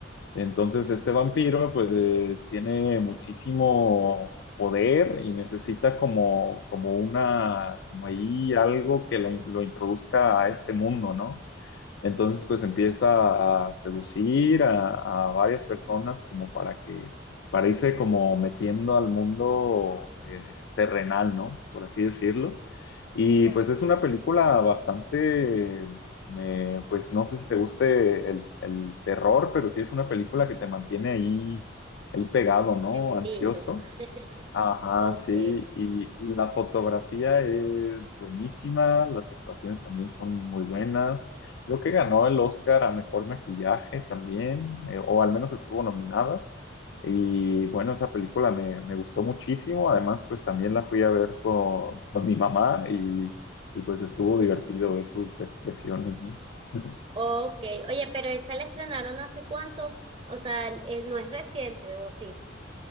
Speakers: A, on the left (about 60°); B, on the right (about 30°).
A: Entonces este vampiro pues tiene muchísimo poder y necesita como, como una, como ahí algo que la- lo introduzca a este mundo, ¿no? Entonces, pues empieza a seducir a, a varias personas como para que, para irse como metiendo al mundo eh, terrenal, ¿no? Por así decirlo. Y
B: ok.
A: pues es una película bastante, eh, pues no sé si te guste el, el terror, pero sí es una película que te mantiene ahí, ahí pegado, ¿no?
B: En
A: Ansioso.
B: vilo. <laughs>
A: Ajá,
B: Ok.
A: sí, y, y la fotografía es buenísima, las actuaciones también son muy buenas. Creo que ganó el Oscar a mejor maquillaje también, eh, o al menos estuvo nominada. Y bueno, esa película me, me gustó muchísimo. Además, pues también la fui a ver con, con mi mamá y, y pues estuvo
B: <laughs>
A: divertido ver sus expresiones, ¿no? <laughs>
B: Ok. Oye, pero esa la estrenaron hace cuánto? O sea, eh, no es reciente, ¿o sí?